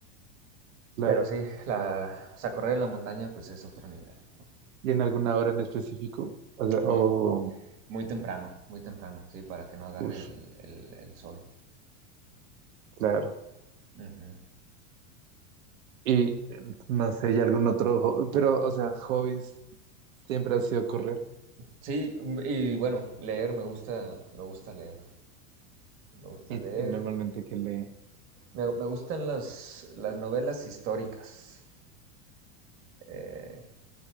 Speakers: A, on the right; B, on the right.
A: claro.
B: Pero sí, la, o sea, correr en la montaña pues es otro nivel. ¿no?
A: ¿Y en alguna hora en específico? O sea,
B: Muy,
A: o,
B: muy temprano, muy temprano, sí, para que no agarre
A: ush,
B: el, el- el sol.
A: claro.
B: Ujú.
A: Y eh, no sé, y algún otro, ho- pero, o sea, hobbies siempre ha sido correr.
B: Sí, mm, y bueno, leer, me gusta, me gusta leer, me gusta
A: Y,
B: leer.
A: y normalmente que lee,
B: Me, me gustan las, las novelas históricas. Eh,